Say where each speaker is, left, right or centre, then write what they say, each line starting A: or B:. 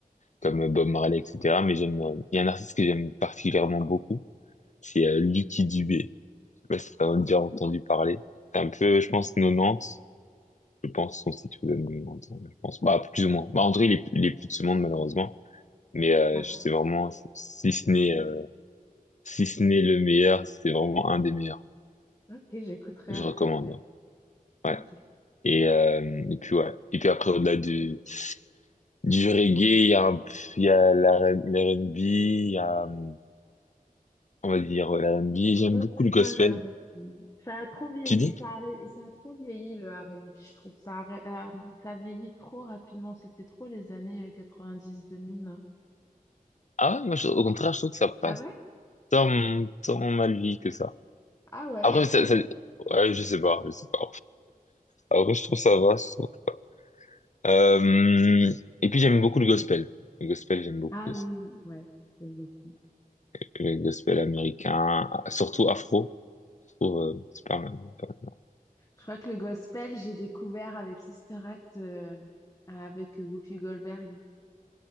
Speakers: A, on the left; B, on the left.
A: comme Bob Marley, etc. Mais j'aime, euh, il y a un artiste que j'aime particulièrement beaucoup, c'est euh, Lucky Dubé. Je sais pas si t'as déjà entendu parler. C'est un peu, je
B: Non.
A: pense, 90. Je pense, son site vous donne 90, je pense. Bah, plus ou moins. Bah, en tout cas, il est, il est plus de ce monde, malheureusement. Mais euh,
B: Ah,
A: c'est vraiment, si ce n'est euh, si ce n'est le meilleur, c'est vraiment un des meilleurs.
B: Ok, j'écouterai
A: Je
B: à l'occasion.
A: recommande. Ouais.
B: Ok.
A: Et, euh, et puis ouais. Et puis après, au-delà du, du reggae, il y a, un- il y a la- l'R&B, il y a, euh, on va dire, euh, l'R&B.
B: Je
A: J'aime
B: suis pas
A: beaucoup
B: très
A: le gospel.
B: fan de R&B. Ça a trop vieilli
A: Tu dis?
B: et ça a, et ça a trop vieilli le R&B, je trouve. Ça a, euh, ça a vieilli trop rapidement. C'était trop les années 90-2000.
A: Ah ouais, moi, je- au contraire, je trouve que ça passe
B: Ah ouais?
A: tant,
B: Ok.
A: tant mal vie que ça.
B: Ah ouais.
A: Après, ça,
B: <laughs>
A: ça- ouais, je sais pas, je sais pas. Après, je trouve ça va. je trouve que ça va. Euh, et puis, j'aime beaucoup le gospel. Le gospel, j'aime beaucoup
B: Ah
A: aussi.
B: oui, ouais. Je j'aime aussi.
A: que les gospels américains, surtout afro. Je trouve, euh, c'est pas mal. pas mal. non.
B: Je crois que le gospel, j'ai découvert avec Sister Act, euh, avec Whoopi Goldberg.